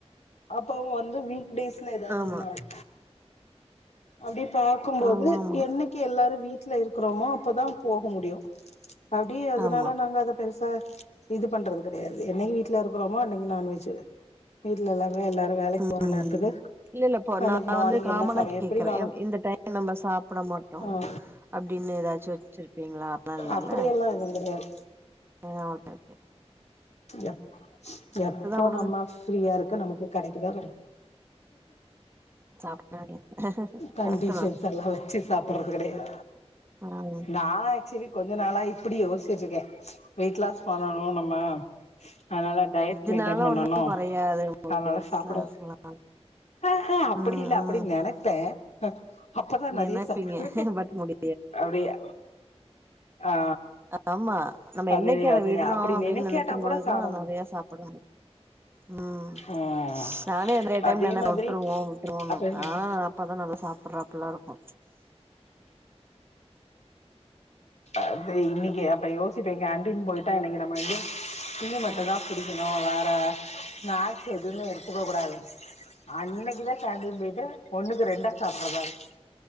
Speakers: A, on the left; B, on the right.
A: அப்பவு வந்து வீட் டேஸ்ல எதாவது
B: ஆமா
A: ஒரு நாள் அப்டி பாக்கும்போது
B: ஆமா ஆமா
A: என்னைக்கு எல்லாரு வீட்ல இருக்கறோமோ அப்பதா போக முடியு அப்டி அதனால
B: ஆமா
A: நாங்க அத பெருசா இது பண்ற கெடையாது என்னைக்கு வீட்ல இருக்குறோமோ அன்னைக்கு நான் வெஜ் வீட்ல எல்லாமே எல்லாரு வேலைக்
B: ம்
A: போற நேரத்துக்கு
B: இல்ல இல்ல இப்போ
A: அன்னைக்கு
B: நா
A: மார்னிங்
B: வந்து காமனா
A: என்ன சமையல் எப்டினாலு
B: கேக்கறே இந் இந்த டைம் நம்ம சாப்ட மாட்டோ
A: ஆ
B: அப்டினு ஏதாச்சு வச்சிருப்பீங்ளா அதா இல்லல்ல
A: அப்டியெல்லா எதுவு கெடையாது
B: நீ அவட்ட கேக்கனு
A: எப் எப்போ
B: வுடுங்க
A: நம்ம ஃப்ரீயா இருக்கோ நமக்கு கெடைக்குதா பாரு
B: சாப்ட வேண்டியது
A: கண்டிஷன்ஸ்
B: கரெக்ட் தா
A: எல்லா வச்சி சாப்பறது கெடையாது
B: வராங்க
A: நாலா ஆக்சுலி கொஞ்ச நாளா இப்டி யோச்சி வச்சிர்க்கே வெயிட் லாஸ் பண்ணணு நம்ம அதனால டயட்
B: இதனால
A: மெயின்டன் பண்ணணு
B: ஒண்ணு கொறையாது உங்களுக்கு
A: அதனால
B: எய்ட்ஸ்லா
A: சாப்ட
B: ஆஸ்மா
A: அ ஹா அப்டி
B: ம்
A: இல்ல
B: ம்
A: அப்படின் நெனைப்பே அ அப்பதா
B: நெனைப்பீங்க
A: நெறைய சாப்டுவே
B: பட் முடி
A: அப்டியே ஆ
B: ஆமா நம்ம
A: அது
B: என்னைக்கு அத
A: அது
B: விடுறோ
A: அப்டி
B: அப்டின்
A: நெனைக்காட்டா
B: நெனைக்கும்
A: கூட
B: போதுதா
A: சாப்ட வரு
B: நெறையா சாப்புடனு ம்
A: ம்
B: நானே நெறைய
A: அதே
B: டைம்ல என்ன
A: மாதிரி
B: வுட்டுருவோ வுட்டுருவோனு
A: அப்ப
B: ஆ பாப்பா தா நல்லா சாப்புறா அப்பல்லா இருக்கு
A: அது இன்னைக்கு அப்போ யோச் சிட்டு இங் கேண்டீன் போயிட்டா அன்னைக்கு நம்ம வந்து டீ மட்டு
B: ம்
A: தா குடிக்கணு வேற நாக்கு எதுமே எடுத்துக்க கூடாதுங் அன்னைக்கு தா கேன்டீன் போய்ட்டு ஒன்னுக்கு ரெண்டா சாப்புறதாருக்கு